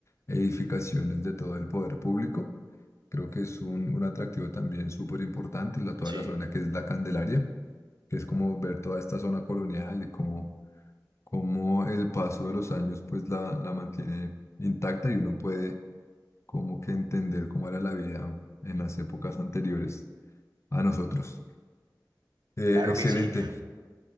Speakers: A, on the left; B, on the right.
A: edificaciones de todo el poder público. Creo que es un, un atractivo también súper importante, la, toda
B: Sí,
A: la zona que es la Candelaria, que es como ver toda esta zona colonial y cómo, cómo el paso de los años pues la, la mantiene intacta y uno puede como que entender cómo era la vida en las épocas anteriores a nosotros. Eh,
B: claro
A: excelente.
B: que sí.